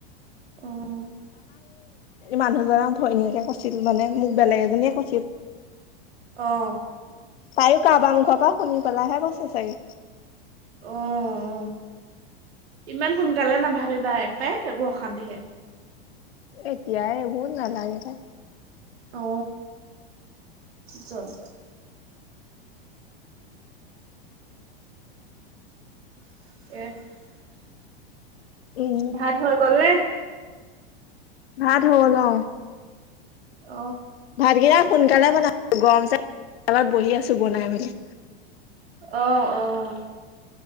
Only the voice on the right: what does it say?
অ'
অঁ।
অঁ অঁ। ইমান সোনকালে নাভাবিবা তাই এইবোৰ অশান্তিহে।
অ, জল <unintelligible>
ভাত হৈ গল নে?
অ',
আহ আহ।